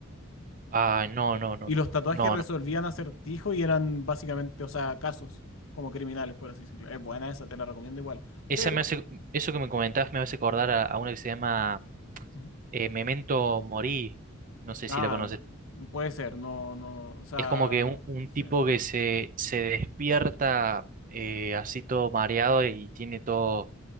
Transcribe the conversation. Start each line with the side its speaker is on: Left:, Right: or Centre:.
Right: Ah, no, no, no,
Left: Y
Right: no.
Left: los tatuajes
Right: No,
Left: resolvían
Right: no.
Left: acertijos y eran básicamente, o sea, casos como criminales, por así decirlo. Es buena esa, te la recomiendo igual.
Right: Esa
Left: Pero,
Right: me hace, eso que me comentabas me hace acordar a, a una que se llama
Left: Ujú.
Right: eh, Memento Mori. No sé si
Left: ah,
Right: la conoces.
Left: puede ser, no, no, o sea,
Right: Es como que un, un tipo
Left: sí, no.
Right: que se, se despierta eh, así todo mareado y tiene todo